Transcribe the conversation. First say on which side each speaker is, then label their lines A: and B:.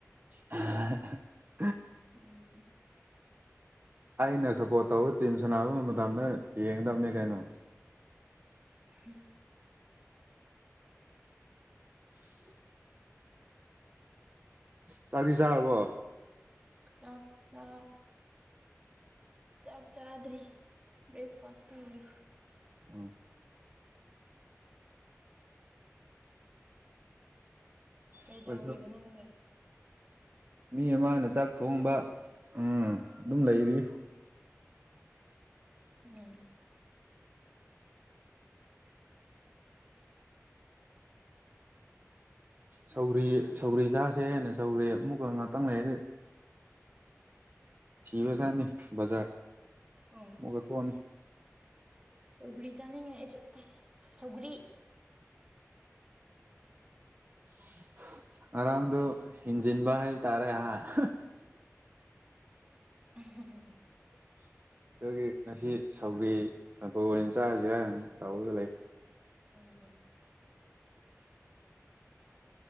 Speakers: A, on the right; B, on the right.
A: ꯍꯥ ꯍꯥ
B: ꯎꯝ
A: ꯑꯩꯅ ꯁꯞꯄꯣꯔꯠ ꯇꯧꯕ ꯇꯤꯝ ꯁꯥꯟꯅꯕ ꯃꯇꯝꯗ ꯌꯦꯡꯒꯗꯕꯅꯦ ꯀꯩꯅꯣ
B: ꯍꯨꯝ
A: <inaudible> ꯆꯥꯛꯇꯤ ꯆꯥꯔꯕꯣ
B: ꯆꯥꯛ ꯆꯥ ꯆꯥꯛ ꯆꯥꯗ꯭ꯔꯤ ꯕ꯭ꯔꯦꯛꯐꯥꯁ ꯇꯧꯔꯦ
A: ꯎꯝ
B: ꯀꯩꯗꯧꯔꯤꯕ
A: ꯑꯩꯈꯣꯏꯁꯨ
B: ꯅꯪꯗꯤ
A: ꯃꯤ ꯑꯃꯅ ꯆꯥꯛ ꯊꯣꯡꯕ ꯎꯝ ꯑꯗꯨꯝ ꯂꯩꯔꯤꯌꯦ
B: ꯎꯝ
A: ꯁꯧꯒꯔꯤ ꯁꯧꯒꯔꯤ ꯆꯥꯁꯦ ꯍꯦꯟꯅ ꯁꯧꯒ꯭ꯔꯤ ꯑꯃꯨꯛꯀ ꯉꯥꯛꯇꯪ ꯂꯩ ꯊꯤꯕ ꯆꯥꯠꯅꯤ ꯕꯖꯥꯔ
B: ꯑꯣ
A: ꯑꯃꯨꯛꯀ ꯊꯣꯛꯑꯅꯤ
B: ꯁꯧꯒ꯭ꯔꯤ ꯆꯥꯅꯤꯡꯉꯦ ꯑꯩꯁꯨ ꯁꯧꯒꯔꯤ
A: <inaudible> ꯉꯔꯥꯡꯗꯣ ꯍꯦꯟꯖꯤꯟꯕ ꯍꯥꯏꯕ ꯇꯥꯔꯦ ꯑꯥ <inaudible>
B: <inaudible>
A: <inaudible> ꯑꯗꯨꯒꯤ ꯉꯁꯤ ꯁꯧꯒꯔꯤ ꯑꯣꯏꯅ ꯆꯥꯁꯤꯔ ꯇꯧꯔꯒ ꯂꯩ
B: ꯎꯝ ꯎꯝ